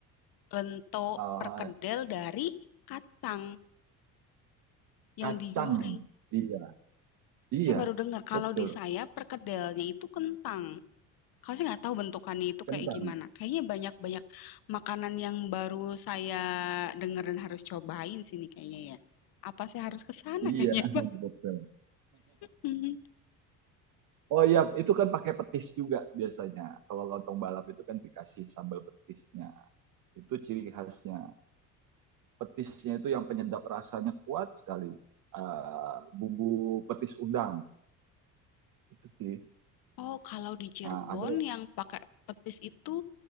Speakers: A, on the left (about 45°); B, on the right (about 40°).
A: Lento
B: Eh,
A: perkedel dari kacang yang
B: kacang
A: digoreng.
B: iya iya
A: Saya baru dengar kalau
B: betul
A: di saya perkedelnya itu kentang. Kalau saya nggak tahu bentukannya itu
B: kentang
A: kayak gimana. Kayaknya banyak-banyak makanan yang baru saya dengar dan harus cobain sini kayaknya ya. Apa saya harus ke sana
B: iya
A: <laughs> kayaknya,
B: <laughs>
A: Pak?
B: betul
A: Mhm.
B: Oh iya, itu kan pakai petis juga biasanya. Kalau lontong balap itu kan dikasih sambal petisnya. Itu ciri khasnya. Petisnya itu yang penyedap rasanya kuat sekali. Eh, bumbu petis udang itu sih
A: Oh, kalau di Cirebon
B: Ah, ada
A: yang pakai petis itu